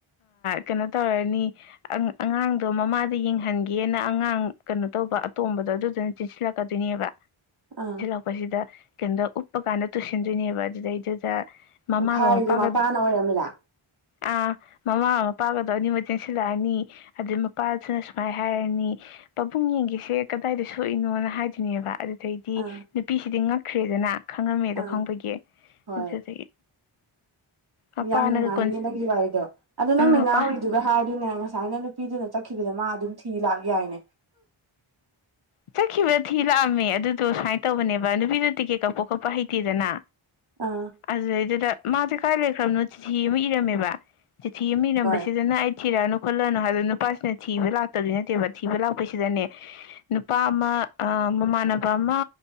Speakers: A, on the left; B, on the right.
A: ꯀꯩꯅꯣ ꯇꯧꯔꯅꯤ ꯑꯉꯥꯡꯗꯣ ꯃꯃꯥꯗ ꯌꯦꯡꯍꯟꯒꯦ ꯅ ꯑꯉꯥꯡ ꯀꯩꯅꯣ ꯇꯧꯕ ꯑꯇꯣꯝꯕꯗꯣ ꯑꯗꯨꯅ ꯆꯁꯤꯂꯛꯣꯏꯅꯦꯕ
B: ꯑꯥ
A: ꯎꯄꯁꯤꯗ ꯀꯩꯅꯣꯗ ꯎꯞꯄ ꯀꯥꯟꯗ ꯇꯨꯁꯤꯟꯗꯣꯏꯅꯦꯕ ꯑꯗꯨꯗꯩꯗꯨꯗ ꯃꯃꯥꯒ
B: ꯐꯥꯔꯤꯗꯨ
A: ꯃꯄꯥꯒ
B: ꯃꯄꯥꯅ ꯑꯣꯏꯔꯝꯃꯤꯔꯥ
A: ꯑꯥ ꯃꯃꯥ ꯃꯄꯥꯒꯗꯣ ꯑꯅꯤꯃꯛ ꯆꯦꯟꯁꯤꯜꯂꯛꯑꯅꯤ ꯑꯗꯨꯩ ꯃꯄꯥꯗꯨꯅ ꯁꯨꯃꯥꯏꯅ ꯍꯥꯏꯔꯅꯤ ꯄꯥꯕꯨꯡ ꯌꯦꯡꯒꯁꯦ ꯀꯗꯥꯏꯗ ꯁꯣꯛꯏꯅꯣꯅ ꯍꯥꯏꯗꯣꯏꯅꯦꯕ ꯑꯗꯩꯗꯤ
B: ꯑꯥ
A: ꯅꯨꯄꯤꯁꯤꯗꯤ ꯉꯛꯈ꯭ꯔꯦꯗꯅ ꯈꯪꯉꯝꯃꯦꯗꯣ
B: ꯑꯥ
A: ꯈꯪꯕꯒꯤ
B: ꯍꯣꯏ
A: <unintelligible> ꯃꯄꯥꯅꯒ
B: ꯌꯥꯝ ꯅꯨꯡꯉꯥꯏꯅꯦ
A: ꯀꯣꯟ
B: ꯅꯪꯒꯤ ꯋꯥꯔꯤꯗꯣ ꯑꯗꯣ ꯅꯪꯅ
A: ꯎꯝ ꯃꯄꯥ
B: ꯉꯥꯎꯔꯤ ꯑꯗꯨꯒ ꯍꯥꯏꯗꯣꯏꯅꯦ ꯉꯁꯥꯏꯅ ꯅꯨꯄꯤꯗꯨꯅ ꯆꯠꯈꯤꯕꯗ ꯃꯥ ꯑꯗꯨꯝ ꯊꯤ ꯂꯥꯛ ꯌꯥꯏꯅꯦ
A: ꯆꯠꯈꯤꯕ ꯊꯤ ꯂꯥꯛꯑꯝꯃꯦ ꯑꯗꯨꯗꯣ ꯁꯨꯃꯥꯏꯅ ꯇꯧꯕꯅꯦꯕ ꯅꯨꯄꯤꯗꯣ ꯇꯤꯛꯀꯦꯠ ꯀꯛꯄ ꯈꯣꯠꯄ ꯍꯩꯇꯦꯗꯅ
B: ꯑꯥ
A: ꯑꯗꯨꯗꯩꯗꯨꯗ ꯃꯥꯁꯦ ꯀꯥꯏ ꯂꯩꯈ꯭ꯔꯕꯅꯣ ꯆꯤꯊꯤ ꯑꯃ ꯏꯔꯝꯃꯦꯕ ꯆꯤꯊꯤ ꯑꯃ ꯏꯔꯝꯕꯁꯤꯗꯅ
B: ꯍꯣꯏ
A: ꯑꯩ ꯊꯤꯔꯛꯑꯅꯨ ꯈꯣꯠꯂꯅꯨ ꯍꯥꯏꯗ ꯅꯨꯄꯥꯁꯤꯅ ꯊꯤꯕ ꯂꯥꯛꯇꯕꯗꯤ ꯅꯠꯇꯦꯕ ꯊꯤꯕ ꯂꯥꯛꯄꯁꯤꯗꯅꯦ ꯅꯨꯄꯥ ꯑꯃ ꯃꯃꯥꯟꯅꯕ ꯑꯃ